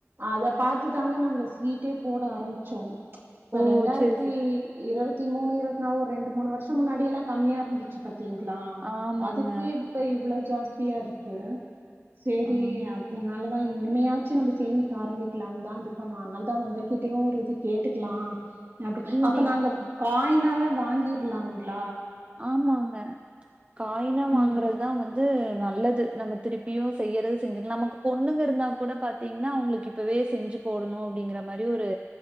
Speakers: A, on the right; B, on the right.
A: அத பாத் பாத்துதாங்க நாங்க சீட்டே போட ஆரம்பிச்சோ இப்ப
B: ஓ!
A: ரெண்டாயிரத்தி
B: சரி, சரி.
A: இருவத்தி மூணு இருவத்தி நாலு ரெண்டு மூணு வர்ஷோ முன்னாடி எல்லா கம்மியா இருந்துச்சு பத் ங்களா
B: ஆமாங்க.
A: அதுக்கு இப்ப இவ்வளவு ஜாஸ்தியா இருக்கு சரி
B: ஆமா.
A: அதனால இனிமையாச்சும் நம்ம சேமிக்க ஆரம்பிக்கலாம்னு தான் இது பண்ணும் அதனால தான் உங்ககிட்டயும் ஒரு இது கேட்டுக்கலாம் அப்டி
B: இல்ல
A: அப்
B: நீங்
A: நாங்க
B: ம்.
A: காயினாவே வாங்கிற்லாங்கள
B: ஆமாங்க காயினா
A: ம்
B: வாங்குறதுதான் வந்து நல்லது நம்ம திருப்பி இப்பயும் செய்யறது செஞ்சு நமக்கு பொண்ணுங்க இருந்தா கூட பாத்தீங்கன்னா அவங்களுக்கு இப்பவே செஞ்சு போடணும் அப்படிங்கிற மாதிரி ஒரு